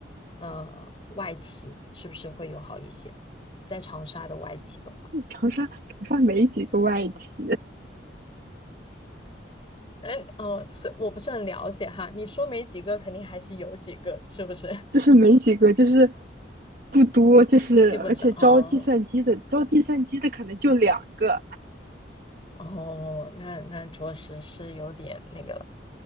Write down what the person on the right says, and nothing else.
长沙长沙没几个外企，
就是没几个，就是不多，就是而且招计算机的，
招计算机的可能就两个。